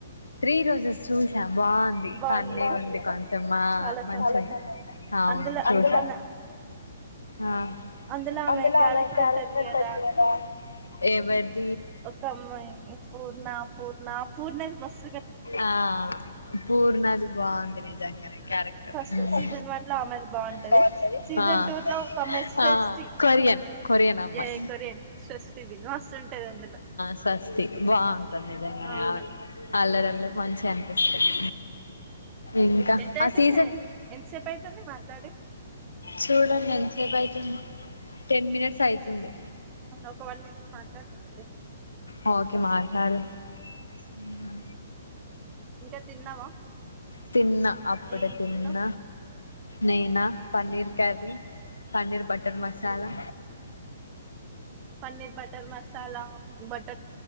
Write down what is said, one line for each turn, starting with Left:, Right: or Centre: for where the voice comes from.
Left: త్రీ రోజెస్ చూస బాగుంది
Right: బాగుంది
Left: ఫన్నీ
Right: కదా
Left: ఉంది కొంచె మా
Right: చాలా
Left: మంచి
Right: ఫన్ అయింది
Left: అవును
Right: అందులో
Left: చూసా
Right: అవునా
Left: ఆ
Right: అందులో ఆమె
Left: అందులా
Right: క్యారెక్టర్
Left: <unintelligible>
Right: ఉంటది కదా ఒక అమ్మాయి పూర్ణ పూర్ణ పూర్ణ మస్
Left: ఆ పూర్ణది బాగుంది, నది గంగానే క్యారెక్టర్
Right: ఫస్ట్
Left: ఉ
Right: సీజన్ వన్ లో ఆమెది బాగుంటది
Left: పూర్ణ అంటది
Right: సీజన్
Left: పూర్ణ
Right: టూ
Left: పూర్ణ
Right: లో ఒక అమ్మాయి సృష్టి
Left: అంట కొరియన్ కొరియన్ అమ్మాయి
Right: ఏ కొరియన్ సృష్టిది మస్తు ఉంటది అందులో
Left: స్స్తి బా బాగుంటది నిజంగా
Right: అవునా
Left: అల్లరిల్లరి మంచిగా అనిపిస్తది. ఇంకా
Right: ఎంత
Left: ఆ
Right: అయితుంది
Left: సీజన్
Right: ఎంతసేపు అయితుంది మాట్లాడి,
Left: చూడండి ఎంతసేపు అవుతుంది టెన్ మినిట్స్ అయితుంది.
Right: ఒక వన్ మినిట్ మాట్లాడుకుంతే
Left: ఆ ఒకే మాట్లాడు ఉ
Right: ఇంకా తిన్నావా
Left: తిన్న అప్పుడె
Right: ఏం
Left: తిన్న
Right: తిన్నావ్
Left: నేనా paneer curry, paneer butter masala
Right: paneer butter masala బట్ట